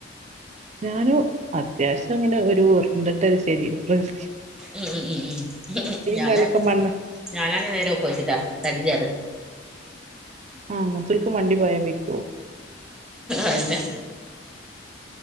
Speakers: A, on the right (about 35°); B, in the centre.
A: ഞാന് അത്യാവശ്യം അങ്ങനെ ഒരു ഉര്ണ്ടിട്ട ഒരു ശരീര പ്രകൃതിയാ
B: ഉം ഉം ഉം ഉം ഞാനാ
A: കാലൊക്കെ മണ്ണ
B: ഞാനാണ് നേരെ ഒപ്പസിറ്റ തടില്ലാതെ.
A: ആഹ് അങ്ങന്‌ത്തോൽക്ക് മണ്ടി പയാൻ വെയ്ക്കോ
B: അയ്നെ